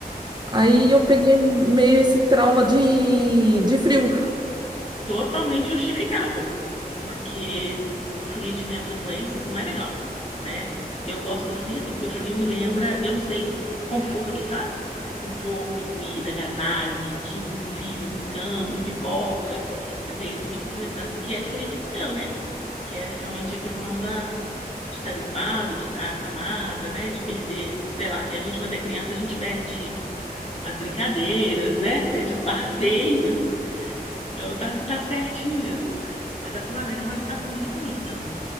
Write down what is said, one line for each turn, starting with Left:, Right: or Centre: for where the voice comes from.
Right: Aí
Left: ó.
Right: eu peguei meio esse trauma de, de frio.
Left: totalmente justificável, porque o frio te lembra doença, isso não é legal, né? Eu gosto do frio, assim, porque o frio me lembra, eu não sei, conforto, sabe? Assim, Conforto, comida, agasalho, quentinho, filme, cama, pipoca. Eu tenho esse tipo de lembrança, que é diferente do seu, né? Que é realmente a questão da, de estar gripada, de estar acamada, né? De perder, sei lá. E a gente, quando é criança, a gente perde as brincadeiras, né? <laughs> Perde os passeios. Então tá, tá certinho mesmo. Mas a primavera é uma estação muito bonita,